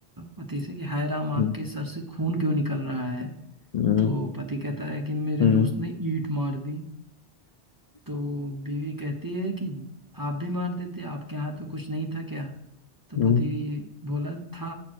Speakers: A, on the right; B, on the left.
A: पति से कि हाय राम आपके
B: हम्म
A: सर से खून क्यों निकल रहा है
B: हम्म
A: तो पति कहता है कि मेरे
B: हम्म
A: दोस्त ने ईंट मार दी तो बीवी कहती है कि आप भी मार देते आपके हाथ में कुछ नहीं था क्या तो
B: हम्म,
A: पति बोला था